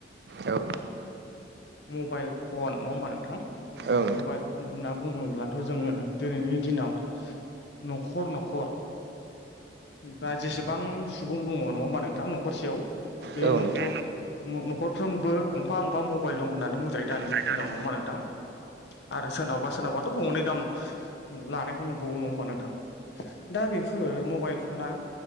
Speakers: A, on the right; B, on the left.
A: औ।
B: मबाइल फन नङा होमबा नोंथां
A: औ नोंथां
B: मबाइल फन होनना बुङोब्लाथ' जोङो दिनैनि दिनाव न'खर न'खर बा जेसेबां सुबुं दङ नङा होमबा नोंथां न'खरसेयाव बे
A: औ
B: नखर
A: नोंथां
B: न'खरफ्रोमबो गंफा गंफा मबाइल दं होननानै बुंजायो दानि
A: गायनानै
B: दिनाव नङा होमबा नोंथां आरो सोरनावबा सोरनावबाथ' गंनै गाहाम लानायखौ नुबावो नङा होमबा नोंथां दा बेफोर मबाइल फना